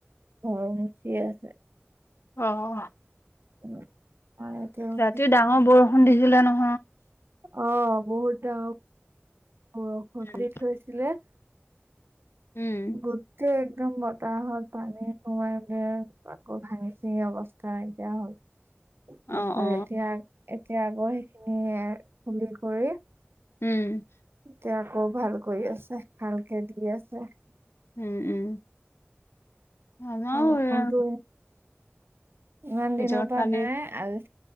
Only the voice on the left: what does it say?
আহ।
ৰাতি ডাঙৰ বৰষুণ দিছিলে নহয়।
উম
উম
অ অ
উম।
উম উম আমাৰো
এয়া
ভিতৰত
কালি